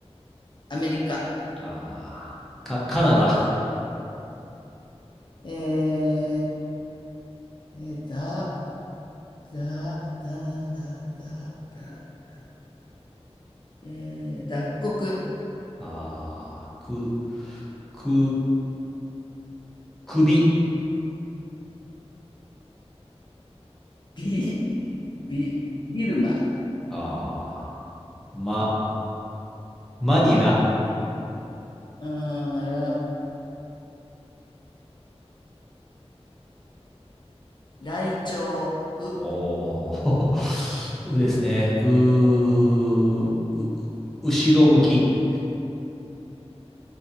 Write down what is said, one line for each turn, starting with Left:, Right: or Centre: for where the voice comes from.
Left: アメリカ。
Centre: あー、か、カナダ。
Left: えー、えーだ、だ、だ、なんだ、だ、だ、だ、えー、脱穀、
Centre: あー、く、く、首。
Left: ビ、ビ、ビルマ、
Centre: あー、ま、マニラ。
Left: あーら、ライチョウ、う、
Centre: おー、<laughs> うですね。う、う、後ろ向き。